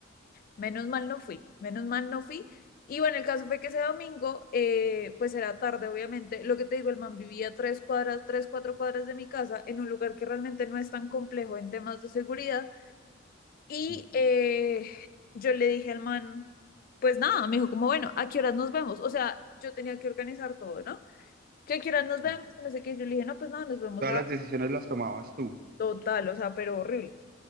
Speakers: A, on the left; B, on the right.
A: Menos mal no fui, menos mal no fui. Y bueno, el caso fue que ese domingo, eh, pues era tarde, obviamente. Lo que te digo, el man vivía tres cuadras, tres, cuatro cuadras de mi casa, en un lugar que realmente no es tan complejo en temas de seguridad. Y
B: Sí,
A: eh, yo le dije al man, pues nada, me dijo como, bueno, ¿a qué horas nos vemos? O sea, yo tenía que organizar todo, ¿no? ¿Que ¿A qué horas nos vemos?
B: sí.
A: No sé qué. Yo le dije, no, pues nada, nos vemos
B: Todas
A: a
B: las decisiones las tomabas tú.
A: total, o sea, pero horrible.